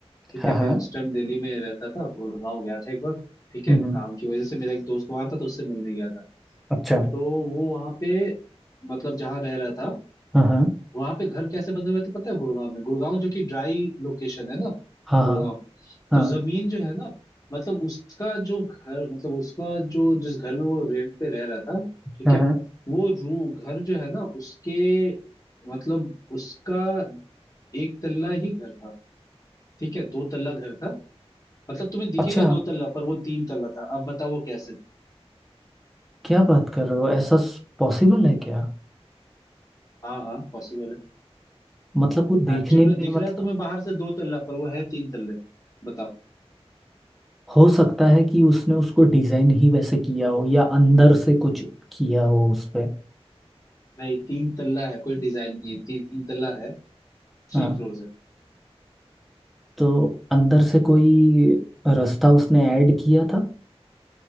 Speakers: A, on the left; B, in the centre.
A: ठीक
B: हाँ
A: है
B: हाँ
A: मैं उस टाइम दिल्ली में रहता था गुड़गांव गया था एक बार ठीक है
B: हम्म हम्म,
A: काम की वजह से मेरा एक दोस्त वहां था तो उससे मिलने गया था
B: अच्छा
A: तो वो वहां पे मतलब जहाँ रह रहा था
B: हाँ हाँ
A: वहां पे घर कैसे बने हुए थे पता है गुड़गांव में गुड़गांव जो कि ड्राई लोकेशन है ना
B: हाँ
A: गुड़गांव
B: हाँ
A: तो जमीन जो है ना मतलब उसका जो घर मतलब उसका जो जिस घर में वो रेंट पे रह रहा था ठीक
B: हाँ
A: है
B: हाँ हाँ।
A: वो रू घर जो है ना उसके मतलब उसका एक तल्ला ही घर था ठीक है दो तल्ला घर था मतलब तुम्हें दिखेगा
B: अच्छा
A: दो तल्ला पर वो तीन तल्ला था अब बताओ वो कैसे था
B: क्या बात कर रहे हो ऐसा पॉसिबल है क्या
A: हाँ हाँ पॉसिबल है
B: मतलब वो देखने
A: एक्चुअल
B: में
A: में दिख
B: मतलब
A: रहा है तुम्हें बाहर से दो तल्ला पर वो है तीन तल्ले बताओ
B: हो सकता है कि उसने उसको डिजाइन ही वैसे किया हो या अंदर से कुछ किया हो उस पे
A: नहीं तीन तल्ला है कोई डिजाइन नहीं है तीन तल्ला है थ्री
B: हाँ
A: फ्लोर्स है
B: तो अंदर से कोई रास्ता उसने ऐड किया था